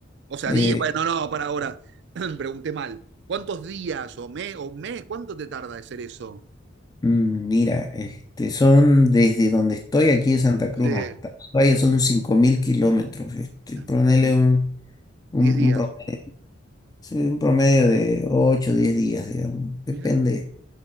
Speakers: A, on the right (about 60°); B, on the left (about 20°).
A: O sea,
B: eh,
A: días, bueno, no, para ahora, <clears throat> pregunté mal. ¿Cuántos días o mes, o mes, cuánto te tarda hacer eso?
B: mm, mira, este, son desde donde estoy aquí de Santa Cruz
A: Sí.
B: hasta Ushuaia son 5.000 kilómetros, este,
A: Ah,
B: ponele un, un,
A: Diez días.
B: un promedio, sí, un promedio de 8, o 10 días, digamos, depende.
A: Mira.